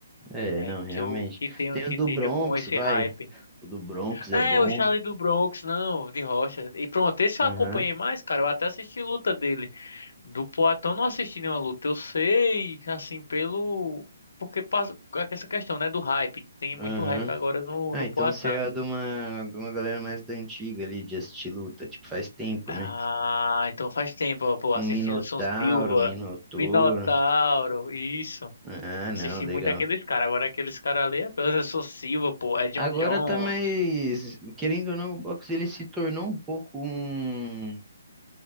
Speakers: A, in the centre; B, on the left.
A: É,
B: É,
A: não, realmente.
B: que eu que tenho
A: Tem
B: que
A: o
B: esteja
A: do Bronx,
B: com esse
A: vai.
B: hype.
A: O do Bronx
B: É,
A: é bom.
B: o Charlie do Bronx, não, de Rocha. E pronto, esse
A: Aham,
B: eu acompanhei mais, cara. Eu até assisti luta dele. Do Poatan eu não assisti nenhuma luta. Eu sei, assim, pelo. Porque passa com essa questão, né? Do hype. Tem muito
A: aham.
B: hype agora no,
A: Ah,
B: no
A: então
B: Poatan.
A: você é de uma, de uma galera mais da antiga ali, de assistir luta, tipo, faz tempo,
B: Ah,
A: né?
B: então faz tempo, ó, pô.
A: Um
B: Assisti
A: Minotauro,
B: Anderson Silva,
A: um Minotouro.
B: Minotauro, isso.
A: Ah,
B: Assisti
A: não, legal.
B: muito aqueles caras. Agora aqueles caras ali é Anderson Silva, pô. É John
A: Agora
B: Jones,
A: tá mais, querendo ou não, o boxe ele se tornou um pouco um